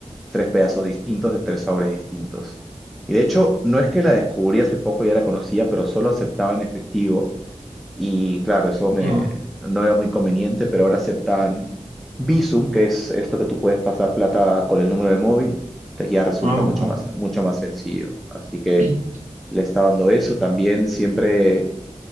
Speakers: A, in the centre; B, on the right (about 80°).
A: tres pedazos distintos de tres sabores distintos. Y de hecho, no es que la descubrí hace poco, ya la conocía, pero solo aceptaba en efectivo. Y claro, eso me,
B: Ah,
A: no era muy conveniente, pero ahora aceptan Bizum, que es esto que tú puedes pasar plata con el número de móvil. Entonces ya resulta
B: ah, ok.
A: mucho más, mucho más sencillo. Así que
B: <clears throat>
A: le está dando eso. También siempre